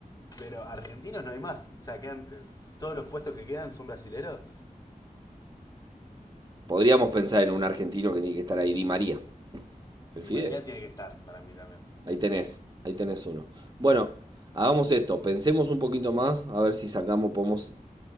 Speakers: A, on the left; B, on the right.
A: pero argentinos no hay más. O sea, quedan, eh, todos los puestos que quedan son brasileros.
B: Podríamos pensar en un argentino que tiene que estar ahí, Di María, el
A: Ni
B: Fideo.
A: María tiene que estar, para mí también.
B: Ahí tenés, ahí tenés uno. Bueno, hagamos esto, pensemos un poquito más, a ver si sacamos, podemos